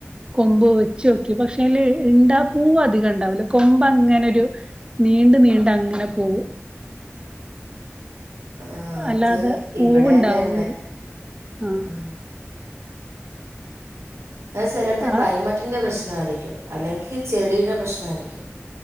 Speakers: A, on the right; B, on the right.
A: കൊമ്പ് വെച്ചു നോക്കി പക്ഷെ അതില് ഇണ്ടാ പൂവ് അധികം ഇണ്ടാവില്ല കൊമ്പ് അങ്ങനൊരു നീണ്ട് നീണ്ട് അങ്ങനെ പോവും
B: ആ
A: അല്ലാതെ
B: അത്
A: പൂവുണ്ടാവുന്നില്ല
B: ഇവിടതന്നെ
A: ആഹ്
B: ഉം ചിലടത്തെ
A: ആഹ്
B: ക്ലൈമറ്റിന്റെ പ്രശ്നം പ്രശ്നം ആരിക്കും അല്ലെങ്കിൽ ചെടിയുടെ പ്രശ്നായിരിക്കും